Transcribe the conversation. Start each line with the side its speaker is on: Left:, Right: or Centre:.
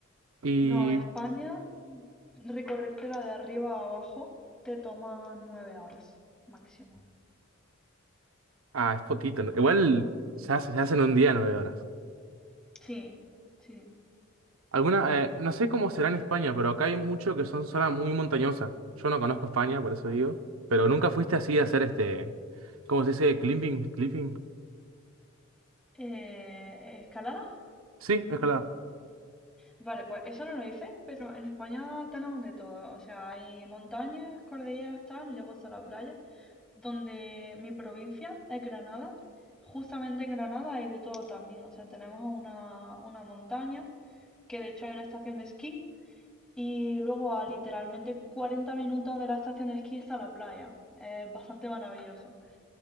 Right: Y,
Centre: No, España, recorrértela de arriba a abajo te toma nueve horas máximo.
Right: ah, es poquito, ¿no? Igual se hace, se hacen un día nueve horas.
Centre: Sí, sí.
Right: Alguna, eh, no sé cómo será en España, pero acá hay mucho que son zonas muy montañosas. Yo no conozco España, por eso digo. Pero nunca fuiste así a hacer este, ¿cómo se dice? Climbing, clipping.
Centre: Eh, ¿escalada?
Right: Sí, escalada.
Centre: Vale, pues eso no lo hice, pero en España tenemos de todo. O sea, hay montañas, cordilleras, tal, luego está la playa, donde mi provincia es Granada. Justamente en Granada hay de todo también. O sea, tenemos una, una montaña, que de hecho hay una estación de esquí, y luego a literalmente 40 minutos de la estación de esquí está la playa. Es bastante maravilloso.